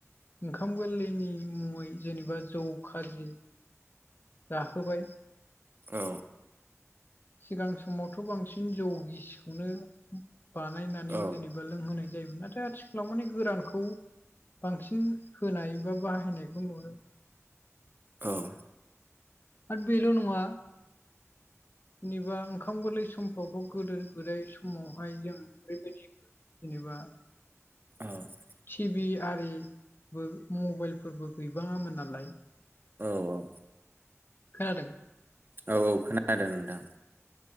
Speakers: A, on the left; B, on the right.
A: ओंखाम गोरलैनि मुङै जेनेबा जौ, खाजि जाहोबाय
B: औ।
A: सिगां समावथ' बांसिन जौ गिसखौनो बानायनानै
B: औ
A: जेनेबा लोंहोनाय जायोमोन नाथाय आथिखालाव माने गोरानखौ। बांसिन होनाय बा बाहायनायखौ नुनो
B: औ
A: आरो बेल' नङा जेनेबा ओंखाम गोरलै समफ्रावथ' गोदो गोदाय समावहाय जों ओरैबायदि बेदिबा
B: औ
A: टिभि आरिबो मबाइलफोरबो गैबाङामोन नालाय।
B: औ औ
A: खोनादों?
B: औ औ खोनादों नोंथां।